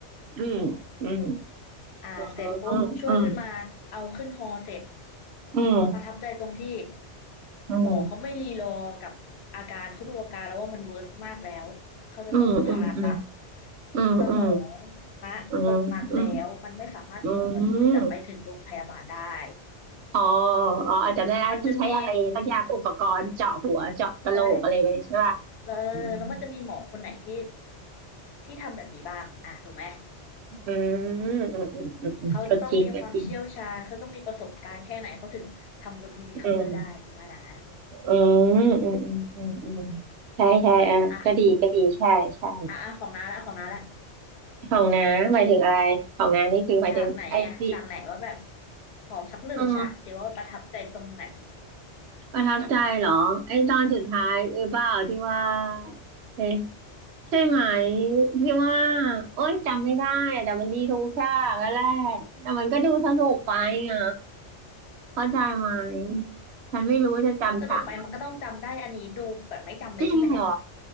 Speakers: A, on the right (about 70°); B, on the left (about 65°).
A: อืมอืม
B: อ่าเสร็จปุ๊บช่วยขึ้นมาเอาขึ้นฮอเสร็จ
A: อืมอืมอืม
B: ประทับใจตรงที่
A: อืม
B: หมอเขาไม่รีรอกับอาการเขาดูอาการแล้วว่ามันเวิร์สมากแล้วเขาจะต้องผ่าตัด
A: อืมอืมอืมอืมอืม
B: สมองณตรงนั้นแล้วมันไม่สามารถรอที่จะไปถึงโรงพยาบาลได้
A: อืมอืมอืมอืมอ๋ออ๋ออาจจำได้แล้วที่ใช้อะไรสักอย่างอุปกรณ์เจาะหัวเจาะกะโหลกอะไรไปใช่ป่ะ
B: มันจะมีใช่แล้วแล้วมันจะมีหมอคนไหนที่
A: อืม
B: ที่ทำแบบนี้บ้างอ่ะถูกไหม
A: อืมอืมอืมอืมอืมก็จริงก็จริง
B: เขาจะต้องมีความเชี่ยวชาญเขาต้องมีประสบการณ์แค่ไหนเขาถึงทำบนเฮลิคอปเตอร์ได้ถูกไหมนะ
A: อืมอืมอืมอืมอืมอืมใช่ใช่อ่ะก็ดีก็ดีใช่ใช่
B: อ่ะอ่ะอ่ะของน้าละของน้าละ
A: ของน้าหมายถึงอะไรของน้านี่คือหมายถึงไอซี
B: ฉากไหนไงฉากไหนว่าแบบขอสักหนึ่งฉากสิว่าประทับใจตรงไหน
A: อ๋อ ประทับใจเหรอไอ้ตอนสุดท้ายเออเปล่าที่ว่าเอ๊ะใช่ไหมที่ว่าโอ๊ยจำไม่ได้อะแต่มันดีทุกฉากแล้วแหละแต่มันก็ดูสนุกไปไงเข้าใจไหมฉันไม่รู้จะจำฉากไหน
B: สนุกไปมันก็ต้องจำได้อันนี้ดูแบบไม่จำเลยใช่ไหมเนี่ย
A: จริงเหรอ